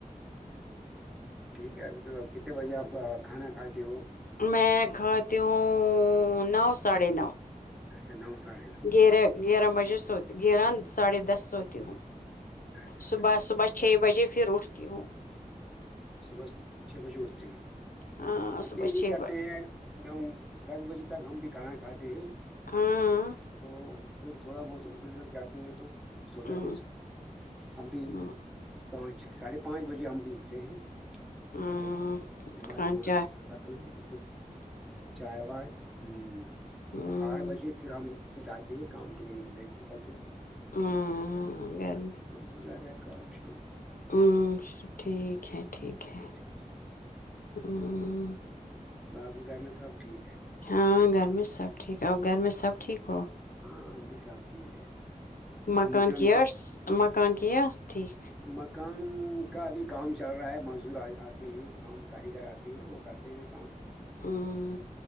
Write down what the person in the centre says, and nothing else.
ٹھیک ہے ابھی تو کتنے بجے آپ کھانا کھاتے ہو
اچھا نو ساڑھ
ساڑھے ساڑھے
دس
بجے
صبح چھ بجے اٹھتے ہیں
ہم
بھی یہی
کرتے
ہیں نو دس بجے تک ہم بھی کھانا کھاتے ہیں
تو پھر تھوڑا بہت ادھر ادھر جاتے ہیں تو سو جاتے
ہیں ہم بھی
پانچ ساڑھے پانچ بجے ہم بھی اٹھ رہے ہیں
اور نماز
نماز پڑھتے ہیں کہ پھر چائے وائے ہوں
تو آٹھ بجے پھر ہم جاتے ہیں کام کے لیے نکل نکلتے
تو ہو جاتا ہے کام شروع
اچھا اچھا
ب کے گھر میں سب ٹھیک ہے
ہاں ابھی صاحب ٹھیک ہے
امیجون
کا
مکان کا ابھی کام چل رہا ہے مزدور آتے ہیں کام کاریگر آتے ہیں اور کرتے ہیں کام